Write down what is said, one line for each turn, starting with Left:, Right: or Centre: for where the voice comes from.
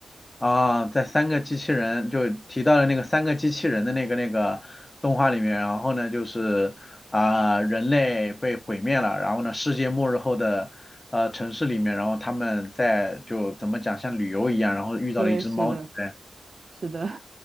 Left: 啊，在三个机器人就提到了那个三个机器人的那个那个动画里面，然后呢就是啊、人类被毁灭了，然后呢世界末日后的呃城市里面，然后他们在就怎么讲像旅游一样，然后遇到了一只猫，
Right: <laughs> 对，是的，
Left: 对不对
Right: 是的，